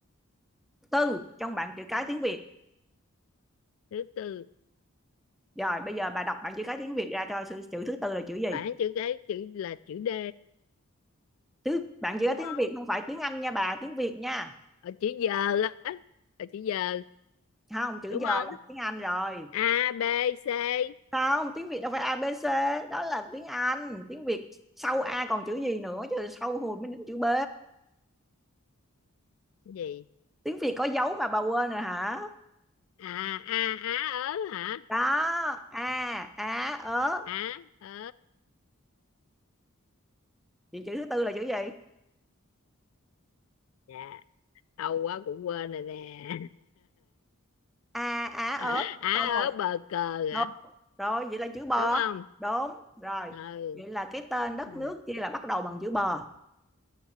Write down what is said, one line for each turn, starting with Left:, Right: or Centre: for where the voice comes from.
Centre: tư trong bảng chữ cái tiếng Việt
Left: thứ tư
Centre: rồi bây giờ bà đọc bảng chữ cái tiếng Việt ra cho chữ thứ tư là chữ gì
Left: bảng chữ cái chữ là chữ D
Centre: Tứ bạn chỉ
Left: đúng
Centre: có tiếng
Left: không
Centre: Việt không phải tiếng Anh nha bà, tiếng Việt nha.
Left: ở chữ giờ á ở chữ giờ
Centre: Không, chữ
Left: đúng
Centre: giờ
Left: không
Centre: là tiếng Anh rồi.
Left: A B C
Centre: Không, tiếng Việt đâu phải a ABC, đó là tiếng Anh. Tiếng Việt sau A còn chữ gì nữa chứ sau hồi mới đến chữ B.
Left: gì
Centre: Tiếng Việt có dấu mà bà quên rồi hả?
Left: à a á ớ hả
Centre: Đó, A, Á, ớ.
Left: á ớ
Centre: Vậy chữ thứ tư là chữ gì?
Left: dạ lâu quá cũng quên rồi nè
Centre: A, Á, ớ.
Left: <laughs> á
Centre: Xong rồi.
Left: ớ bờ cờ
Centre: Đúng.
Left: hả
Centre: Rồi, vậy là chữ bờ.
Left: đúng không
Centre: Đúng, rồi.
Left: ừ
Centre: Vậy là cái tên đất
Left: à,
Centre: nước kia là bắt đầu bằng chữ bờ.